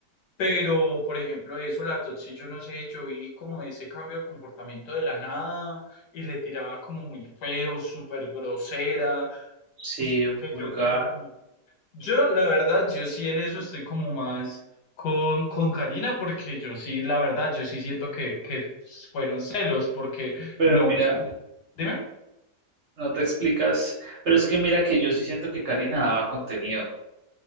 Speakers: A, on the left; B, on the right.
A: pero por ejemplo, eso, la Totsi, yo no sé, yo vi como ese cambio de comportamiento de la nada, y le tiraba como muy feo, súper grosera,
B: sí,
A: que
B: vulgar,
A: yo quedo como, yo, la verdad, yo sí en eso estoy como más con, con Karina, porque yo sí, la verdad, yo sí siento que, que fueron celos, porque
B: pero
A: no
B: mira,
A: me expli- Dime.
B: no te explicas, pero es que mira que yo sí siento que Karina daba contenido.